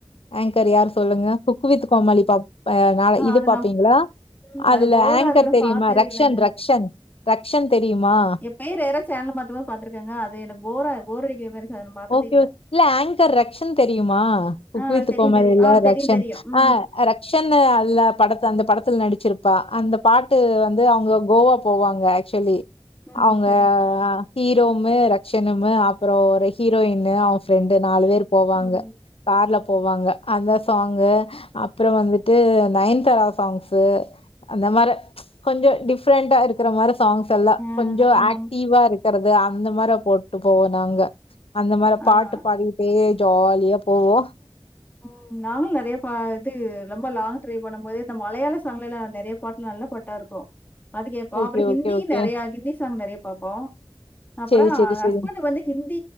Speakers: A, on the left (about 85°); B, on the left (about 20°).
A: ஆங்கர் யார் சொல்லுங்க குக்குவித் கோமாளி பாப் ஆ நாள இது
B: அது
A: பாப்பீங்களா
B: நான் ம்
A: அதுல
B: அது போரா
A: ஆங்கர்
B: இருக்குன்னு
A: தெரியுமா
B: பார்த்தது
A: ரக்க்ஷன்
B: இல்லங்க.
A: ரக்க்ஷன் ரக்க்ஷன் தெரியுமா
B: பெயர் ஏற சேனல் மாத்தும் போது பாத்துருக்கங்க அது எனக்கு போர்ரா போரடிக்குர மாரி இருந்துச்சு. அத நான் பார்த்ததே
A: ஓகே ஓக் இல்ல ஆங்கர் ரக்க்ஷன் தெரியுமா குக்வித்
B: ஆ தெரியும்,
A: கோமலில
B: தெரியும். ஆ தெரியும்,
A: ரக்க்ஷன்
B: தெரியும். ம்,
A: ஆ ரக்க்ஷன்னு அல்ல படத்த அந்த படத்துல நடிச்சிருப்பா அந்த பாட்டு வந்து அவங்க கோவா போவாங்க சொல்லி‌
B: ம்.
A: அவுங்க
B: சரிங்க.
A: ஹீரோமு ரட்சனுமூ அப்பறோ ஒரு ஹீரோயினு அவ ஃப்ரெண்டு நாலு பேர் போவாங்க
B: ம்.
A: கார்ல போவாங்க அந்த சாங்கு அப்பறோ வந்துட்டு நயன்தாரா சாங்ஸு அந்த மார் கொஞ்சோ டிஃப்ரெண்டா இருக்கற மாரி சாங்ஸ் தெல்ல
B: ஆ
A: கொஞ்சோ
B: ஆமாமா.
A: ஆக்டிவா இருக்கறது அந்த மாரி போட்டு போவோ நாங்க அந்த மாரி பாட்டு
B: ஆ.
A: பாடிட்டே ஜாலியா போவோ
B: ம் நாங்களு நறையா பா இது ரொம்ப லாங் ட்ரைவ் பண்ணும் போது இந்த மலையாள சாங்லல்லா நெறைய பாட்டு நல்ல பாட்டா இருக் போ அது கேப்போ
A: ஓகே,
B: அப்பறோ ஹிந்தி
A: ஓகே, ஓகே.
B: நெறையா ஹிந்தி சாங் நறைய பாப்போ அப்பறோ
A: சரி, சரி,
B: ஹஸ்பண்ட்
A: சரி.
B: வந்து ஹிந்தி